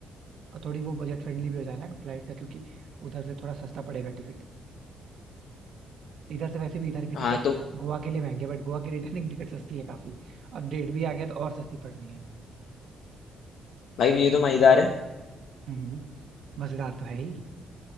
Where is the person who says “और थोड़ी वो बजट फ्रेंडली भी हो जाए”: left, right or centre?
Right